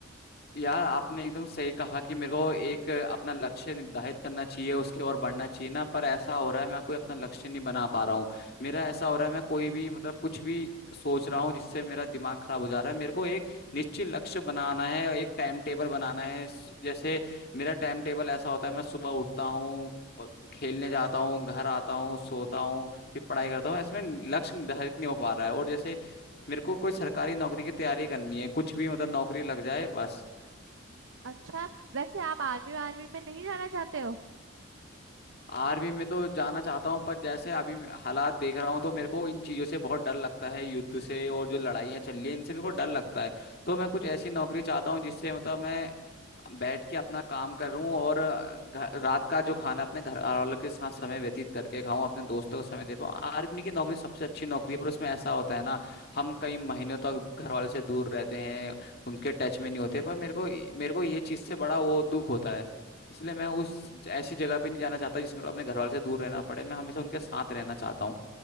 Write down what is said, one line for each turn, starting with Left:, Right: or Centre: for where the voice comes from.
Left: यार आपने एकदम सही कहा कि मेरे को एक अपना लक्ष्य निर्धारित करना चाहिए उसकी ओर बढ़ना चाहिए ना पर ऐसा हो रहा है मैं कोई अपना लक्ष्य नहीं बना पा रहा हूँ मेरा ऐसा हो रहा है मैं कोई भी मतलब कुछ भी सोच रहा हूँ जिससे मेरा दिमाग खराब हो जा रहा है मेरे को एक निश्चित लक्ष्य बनाना है और एक टाइम टेबल बनाना है स- जैसे मेरा टाइम टेबल ऐसा होता है मैं सुबह उठता हूँ और खेलने जाता हूँ घर आता हूँ सोता हूँ फिर पढ़ाई करता हूँ ऐसे में लक्ष्य निर्धारित नहीं हो पा रहा है और जैसे मेरे को कोई सरकारी नौकरी की तैयारी करनी है कुछ भी मतलब नौकरी लग जाए बस
Right: अच्छा वैसे आप आर्मी आर्मी में नहीं जाना चाहते हो
Left: आर्मी में तो जाना चाहता हूँ पर जैसे अभी मैं हालात देख रहा हूँ तो मेरे को इन चीजों से बहुत डर लगता है युद्ध से और जो लड़ाइयाँ चल रही है इनसे मेरे को डर लगता है तो मैं कुछ ऐसी नौकरी चाहता हूँ जिससे मतलब मैं बैठ के अपना काम कर रहा हूँ और अ, घ- रात का जो खाना अपने घर वालों के साथ समय व्यतीत करके खाऊं अपने दोस्तों को समय दे पाऊँ आर्मी की नौकरी सबसे अच्छी नौकरी है पर उसमें ऐसा होता है ना हम कई महीनों तक घर वालों से दूर रहते हैं उनके टच में नहीं होते पर मेरे को मेरे को ये चीज़ से बड़ा वो दुख होता है इसलिए मैं उस ऐसी जगह पे नहीं जाना चाहता जिसमें मेरे को अपने घर वालों से दूर रहना पड़े मैं हमेशा उनके साथ रहना चाहता हूँ